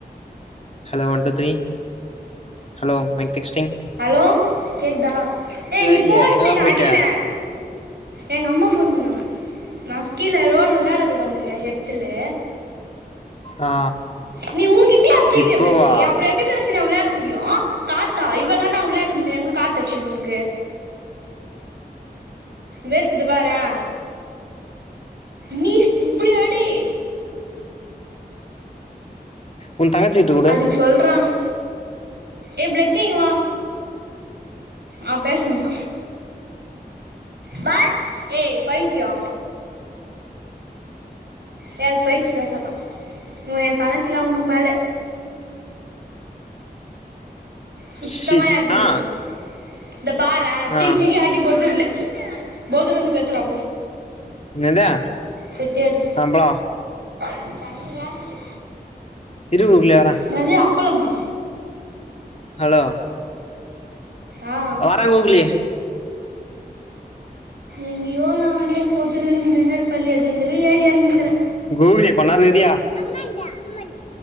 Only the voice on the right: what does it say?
hello கேக்குதா ஏ நீ
போடு
<inaudible> நா
அடிக்கற எங்க அம்மா போன் பண்ணாங்க நா ஸ்கீழ ரோட்ல விளையாடறதுக்கு வந்துருக்க செஷட்டுலு
நீ ஊங்கிட்டயே அடிச்சிகிரியே
ப்ளேஸ்ஸி அப்பறோ எப்டி சின்னா விளையாட முடியு காத்தா இவ்வள நேரோ நா விளையாண்டுருந்தமே எங்க காத்தடிச்சுது உனக்கு வேற்குது பாறே நீ ஸ் இப்புடி அடி
அதுக்கு சொல்றாங்க ஏ ப்ளசி இங்க வா அவ பேசணுமா பால் ஏ பைத்தியோ ஏ அது போயிருச்சு பேசாதா உ எ தங்கச்சிலா உனுக்கு மேல சுத்தமா
யார்டையு
பேசாது இந்த பாரே தூக்கி
தூக்கி அடி பொதுர்ல பொதுர்லந்து போயி எத்துனுவா
போய் தேடு
இது தண்ணியா கீது
நேது அப்பளமா
ஆ
எங்கேயோ நானே போத்துரு மேடு பள்ளி அது இது ஏறி எறங்கினுகிறே